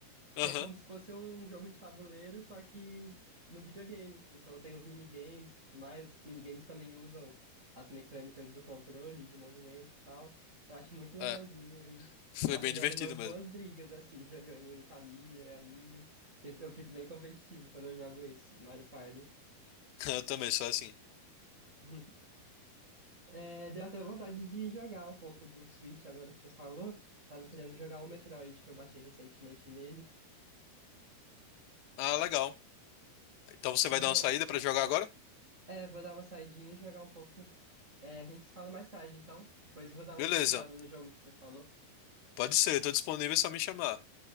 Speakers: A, on the left; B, on the right.
A: Aham.
B: que é como se fosse um jogo de tabuleiro, só que no videogame. Então tem os minigames e tudo mais. Minigames também usam as mecânicas do controle, de movimento e tal. Eu acho muito legalzinho
A: É,
B: e,
A: foi
B: nossa,
A: bem
B: gera
A: divertido
B: umas
A: mesmo.
B: boas brigas, assim, <laughs> jogando em família, amigos. Eu eu fico bem competitivo quando eu jogo esse Mario Party.
A: <laughs> Eu também sou assim.
B: <laughs> É, deu até vontade de jogar um pouco do Switch agora que você falou. Tava querendo jogar o Metroid, que eu baixei recentemente nele.
A: Ah, legal. Então
B: Acho
A: você
B: que
A: vai
B: eu vou
A: dar uma
B: lá,
A: saída
B: então.
A: pra jogar agora?
B: É, vou dar uma saidinha e jogar um pouco. É, a gente se fala mais tarde, então. Depois eu vou dar uma
A: Beleza.
B: pesquisada no jogo que você falou.
A: Pode ser, tô disponível, é só me chamar.